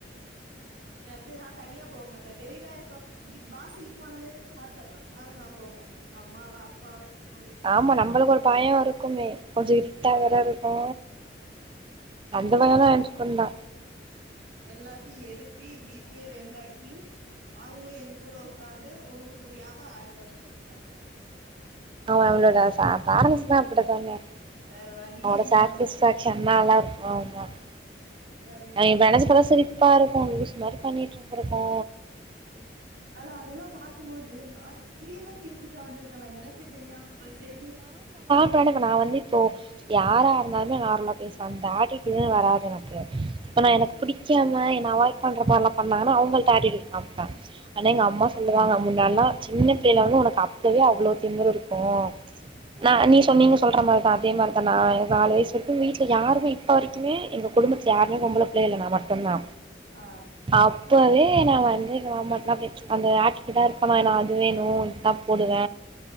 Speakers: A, on the right; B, on the right.
A: எதுனா தனியா போ மாட்ட வெளிலா இப்ப வ் வாசலுக்கு போனாலே பாத்தர்லா ஆனா நா போ மாட்டே அம்மாவ அப்பாவ சித்தப்
B: ஆமா நம்மளுக்கு ஒரு பயோ இருக்குமே கொஞ்சோ இருட்டா
A: ஆமா
B: வேற இருக்கு அந்த வேலன்னா ஏஞச்சி பண்லா
A: எல்லாத்தயு எழுப்பி வீட்டயே ரெண்டாக்கி அவுங்களு எய கூட உக்காந்து ஒண்ணு புரியாம ஆடு பாத்துட்டு இருப்பாங்க
B: அவங்க அவுங்களோட பேர்ன்ஸ்தா அப்டித்தாங்க
A: வேற வழியே
B: அவுங்களோட
A: இல்லாம
B: சக்ரிஃபைஸ் <unintelligible>
A: அதா எங்க அம்மா
B: நெனச்சி
A: சொல்லுவாங்க
B: பார்த்தா சிரிப் பாருக்கு லூசு மாரி பண்ணிட்டு இருந்திர்க்கோ
A: அதா அதெல்லா பாக்குபோது நா இப்படியெல்லா திமுரு காமிச்சிருக்கனா எனக்கே தெரியாம போச்சே
B: அ இப்ப நா வந்து இப்போ யாரா இருந்தாலுமே நார்மலா பேசுவ அந்த ஆட்டிட்யூட்குதுன்னு வராது எனக்கு இப்ப நா எனக்கு பிடிக்காம என்ன அவாய்ட் பண்ற மாரிலா பண்ணாங்கன்னா அவுங்களட்ட ஆட்டிட்யூட் காம்ப்ப ஆனா எங்க
A: ஆ
B: அம்மா சொல்லுவாங்க முன்னால்லா சின்ன பிள்ளைல வந்து உனக்கு அப்பவே அவ்ளோ திமிரு இருக்கு நா நீ
A: ஆ
B: சொன்ன நீங்க சொல்ற மாரி அதே மாரிதா நா நாளு வயசு வரைக்கு வீட்டுல யாருமே இப்ப வரைக்குமே எங்க குடும்பத்துல யாருமே பொம்பல இல்லல நா மட்டு தா
A: ஆ
B: அப்பவே நா வந்து எங்க மாமாட்டலா அப்டியே அந்த ஆட்டிட்யூட்டா இருப்பணா நா வந்து இது வேணு இது தா போடுவ